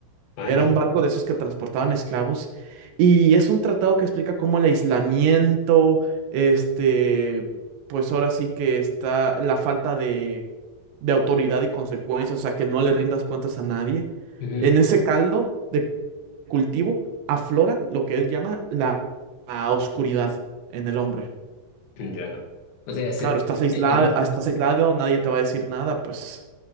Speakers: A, on the left; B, on the right.
A: Ah,
B: Era
A: ya.
B: un barco de esos que transportaban esclavos y es un tratado que explica cómo el aislamiento, este, pues ahora sí que está la falta de, de autoridad y consecuencias, o sea, que no le rindas cuentas a nadie.
A: Ujú.
B: En ese caldo de cultivo aflora lo que él llama la, la oscuridad en el hombre.
A: Ya. O sea, se-
B: Claro, estás aislado,
A: el,
B: estás aislado, nadie te va a decir nada, pues